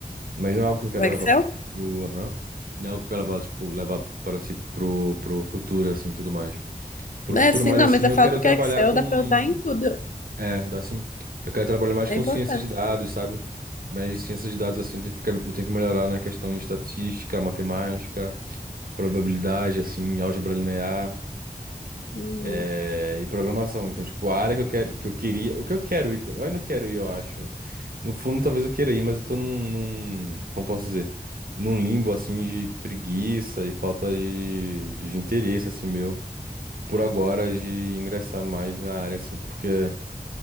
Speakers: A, on the right (about 70°); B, on the left (about 55°).
A: Mas não é algo que eu quero
B: O Excel?
A: levar, tipo, pro, aham. Não é algo que eu quero levar, tipo, levar para, si pro, pro futuro, assim, tudo mais. Pro
B: É,
A: futuro
B: sim,
A: mais,
B: não,
A: assim,
B: mas eu
A: eu
B: falo
A: quero
B: porque
A: trabalhar
B: Excel
A: com...
B: dá para usar em tudo.
A: É, dá assim. Eu quero trabalhar mais
B: É
A: com
B: importante.
A: ciência de dados, sabe? Mas ciência de dados, assim, eu tenho que ficar- eu tenho que melhorar na questão de estatística, matemática probabilidade, assim, álgebra linear.
B: Hum.
A: é, e programação. Então, tipo, a área que eu quero, que eu queria, o que eu quero ir, eu ainda quero ir, eu acho. No fundo, talvez eu queira ir, mas eu tô num, num- como posso dizer, num limbo assim de preguiça e falta de, de interesse assim meu por agora de ingressar mais na área assim, porque